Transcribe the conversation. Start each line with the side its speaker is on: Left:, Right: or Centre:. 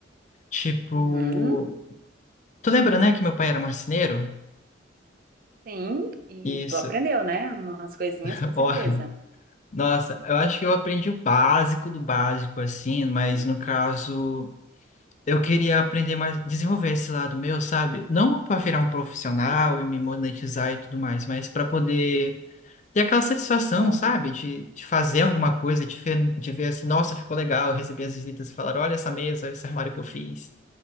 Left: Tipo,
Right: Uhum,
Left: Tu lembra, né, que meu pai era marceneiro?
Right: sim, e
Left: Isso.
Right: tu aprendeu, né? Umas coisinhas,
Left: <laughs>
Right: com certeza.
Left: Ó, Nossa, eu acho que eu aprendi o básico do básico, assim, mas
Right: Uhum,
Left: no caso, eu queria aprender mais, desenvolver esse lado meu, sabe? Não para virar um profissional
Right: uhum.
Left: e me monetizar e tudo mais, mas para poder ter aquela satisfação,
Right: Óbvio.
Left: sabe? De, de fazer alguma coisa, de ver, de ver assim, nossa, ficou legal, receber as visitas e falar, olha essa mesa, esse armário que eu fiz,